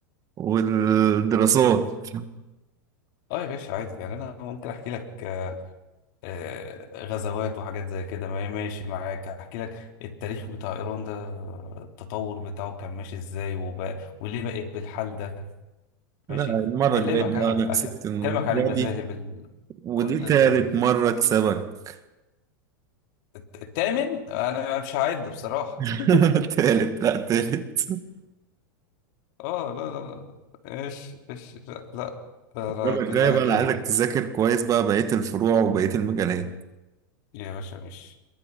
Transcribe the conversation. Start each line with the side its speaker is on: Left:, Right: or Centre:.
Right: والدراسات
Left: اه يا باشا عادي يعني انا ممكن احكي لك آه، آه، غزوات وحاجات زي كده ما- ماشي معاك احكي لك التاريخ بتاع ايران ده آه، التطور بتاعه كان ماشي ازاي وبقى وليه بقت بالحال ده
Right: لا
Left: ماشي
Right: المرة
Left: اكلمك
Right: الجاية بقى
Left: انا
Right: انا كسبت
Left: أك-
Right: المرة
Left: اكلمك عن المذاهب
Right: دي
Left: ال...
Right: ودي
Left: كل
Right: تالت
Left: الحاجات دي
Right: مرة اكسبك
Left: الت- التامن انا مش هعد بصراحة
Right: <laughs>
Left: <laughs>
Right: تالت لا تالت
Left: اه لا لا لا ايش ايش لا لا انا
Right: المرة
Left: كده
Right: الجاية بقى
Left: هجيلك
Right: انا عايزك تذاكر كويس بقى بقية الفروع وبقية المجالات
Left: يا باشا ماشي